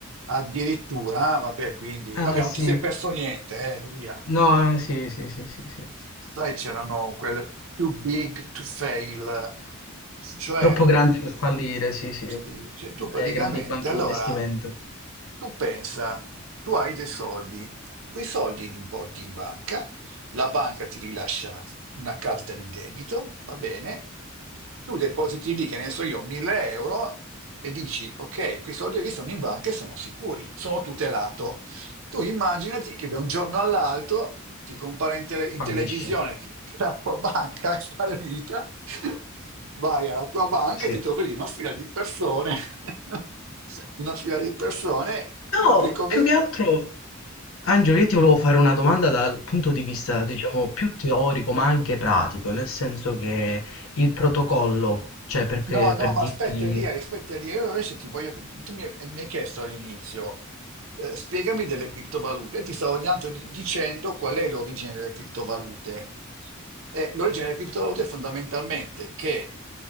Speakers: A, on the right; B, on the left.
A: Addirittura, vabbè, quindi,
B: Eh
A: vabbè, non
B: sì,
A: ti sei perso niente, eh, via.
B: no, eh, sì, sì, sì, sì, sì.
A: Sai, c'erano quelle too big to fail, cioè
B: Troppo grandi per fallire, sì, sì.
A: Sì,
B: Le
A: cioè tu praticamente,
B: grandi banche
A: allora,
B: di investimento
A: tu pensa, tu hai dei soldi, quei soldi li importi in banca, la banca ti rilascia una carta di debito, va bene, tu depositi lì, che ne so io, 1000 euro e dici, ok, quei soldi lì sono in banca e sono sicuri, sono tutelato. Tu immaginati che da un giorno all'altro ti compare in, tele- in
B: fallisce.
A: televisione che, che la tua banca è fallita, vai alla tua banca
B: Eh sì.
A: e ti trovi lì una fila di persone, <laughs> una fila di persone
B: No,
A: che come,
B: più che altro Angelo, io ti volevo fare una domanda dal punto di vista, diciamo, più teorico, ma anche pratico, nel senso che il protocollo, cioè perché,
A: No, no,
B: per
A: ma
B: dirti...
A: aspetta Elia, aspetta Elia, io invece ti voglio... Tu mi, hai mi hai chiesto all'inizio, eh, spiegami delle criptovalute. E ti stavo tanto di- dicendo qual è l'origine delle criptovalute. Eh, l'origine delle criptovalute è fondamentalmente che